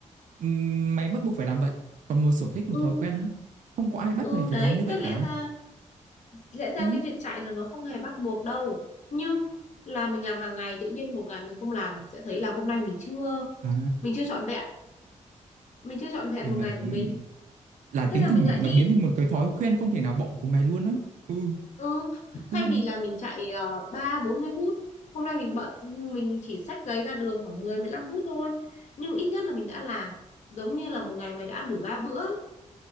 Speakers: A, on the right; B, on the left.
A: ừm, mày bắt buộc phải làm vậy. Còn một sở thích, một
B: ừ
A: thói quen á, không có ai bắt
B: ừ
A: mày phải
B: đấy
A: làm như vậy
B: thế lẽ
A: cả.
B: ra lẽ ra
A: Ừ,
B: cái việc chạy là nó không hề bắt buộc đâu nhưng là mình làm hàng ngày tự nhiên một ngày mình không làm mình sẽ thấy là hôm nay mình chưa
A: à,
B: mình chưa trọn vẹn mình chưa trọn vẹn
A: để mà
B: một ngày
A: ừm,
B: của mình
A: là tính
B: thế là
A: thành
B: mình lại
A: nó
B: đi
A: biến thành một cái thói quen không thể nào bỏ của mày luôn á. Ừ,
B: Ừ,
A: đúng
B: thay vì
A: rồi.
B: là mình chạy uh, ba bốn mươi phút, hôm nay mình bận nhưng mình chỉ xách giấy ra đường khoảng mười mười lăm phút thôi. Nhưng ít nhất là mình đã làm, giống như là một ngày mày đã ăn đủ 3 bữa ấy,